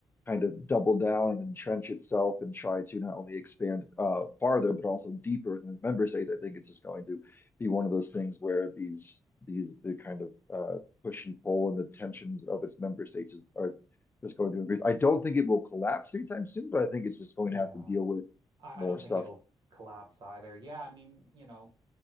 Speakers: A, on the left (about 25°); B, on the right (about 70°).
A: kind of double down and entrench itself and try to not only expand uh, farther, but also deeper than its member states. I think it's just going to be one of those things where these, these, the kind of uh, push and pull and the tensions of its member states is, are just going to increase. I don't think it will collapse anytime soon, but I think it's just going
B: Yeah.
A: to have to deal with
B: I,
A: more
B: I don't
A: stuff.
B: think it'll collapse either. Yeah, I mean, you know,